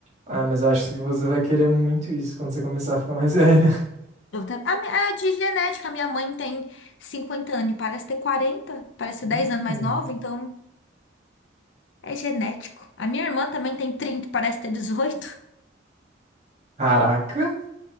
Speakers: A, on the right; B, on the left.
A: Ah, mas eu acho que você vai querer muito isso quando você começar a ficar mais velha.
B: Eu tenho... a, minha- a de genética, a minha mãe tem 50 anos e parece ter quarenta parece
A: <laughs>
B: ser 10 anos
A: Hum.
B: mais nova, então. É genético. A minha irmã também tem 30, parece ter 18.
A: Caraca.